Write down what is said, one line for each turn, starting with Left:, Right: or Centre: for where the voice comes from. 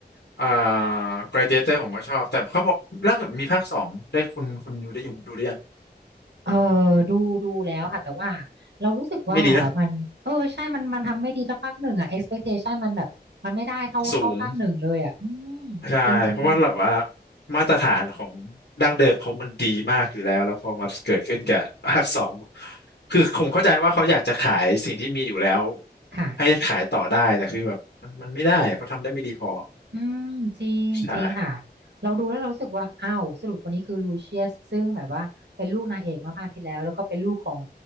Left: เอ่อ Gladiator ผมก็ชอบแต่เขาบอกล่าสุดมีภาคสองได้คุณคุณยูได้ยูดูหรือยัง
Right: เออดูดูแล้วค่ะแต่ว่าเรารู้สึกว่ามันเออใช่มันมันทำไม่ดีเท่าภาคหนึ่งอ่ะ
Left: ไม่ดีนะ
Right: expectation มันแบบมันไม่ได้เท่าเท่าภาคหนึ่งเลยอ่ะอืมจริง
Left: สูงใช่เพราะว่าแบบว่ามาตรฐานของดั้งเดิมเขามันดีมากอยู่แล้วแล้วพอมาเกิดขึ้นกับภาคสองคือผมเข้าใจว่าเขาอยากจะขายสิ่งที่มีอยู่แล้ว
Right: ๆค่ะ
Left: ให้ขายต่อได้แต่คือแบบมันมันไม่ได้เขาทำได้ไม่ดีพอ
Right: อืมจริงจริงค่ะ
Left: ใช่
Right: เราดูแล้วเรารู้สึกว่าอ้าวสรุปคนนี้คือลูเชียสซึ่งแบบว่าเป็นลูกนางเอกเมื่อภาคที่แล้วแล้วก็เป็นลูกของ